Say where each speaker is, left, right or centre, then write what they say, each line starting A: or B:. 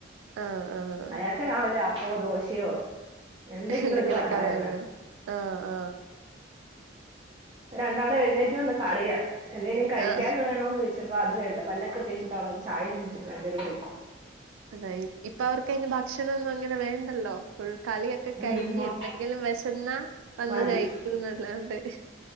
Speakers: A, on the right; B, on the right.
A: ആഹ് ആഹ്
B: അയാക്കെ രാവിലെ അ പ്പോ ദോശയോ എന്തെങ്കിലും
A: എന്തെങ്കിലൊക്കെ
B: ഒരു പലഹാരം
A: വേണ്
B: വേണം
A: ആ ആ
B: രണ്ടാള് എഴുന്നേറ്റ് വന്ന് കളിയ എന്തേലും കഴിക്കാൻ
A: ആഹ്
B: വേണോന്ന് പ്പോ അത് വേണ്ട പല്ലൊക്കെ തേച്ചിട്ടാ അവ്ടെ വന്ന് ചായയും കുടിച്ചിട്ട് രണ്ടുപേരു കൂടെ
A: <unintelligible> ഇപ്പൊ അവർക്കയ്ന് ഭക്ഷണൊന്നും അങ്ങനെ വേണ്ടല്ലോ ഫുൾ കളിയൊക്കെ കഴിഞ്ഞ്
B: ഉം മൊ-
A: എന്തെങ്കിലും വിശന്നാ വന്ന്
B: മതി
A: കഴിക്കൂന്നല്ലാണ്ട്